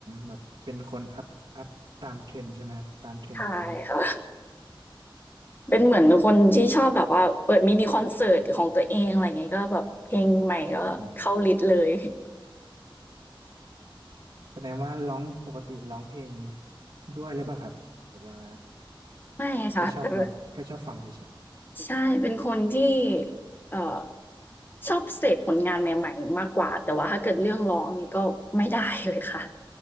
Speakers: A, on the right (about 65°); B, on the left (about 20°).
A: แบบเป็นคนอัพอัพตามเทรนด์ใช่ไหมตามเทรนด์เรา
B: ใช่ค่ะ <laughs> เป็นเหมือนคนที่ชอบแบบว่าเปิดมินิคอนเสิร์ตของตัวเองอะไรเงี้ยก็แบบเพลงใหม่ก็เข้าลิสต์เลย
A: อืมแสดงว่าร้องปกติร้องเพลงด้วยหรือเปล่าครับหรือว่า
B: ไม่ค่ะแต่
A: แค่ชอบร้องแค่ชอบฟังเฉย
B: ใช่เป็นคนที่เอ่อชอบเสพผลงานใหม่ๆมากกว่าแต่ว่าถ้าเกิดเรื่องร้องนี่ก็ไม่ได้เลยค่ะ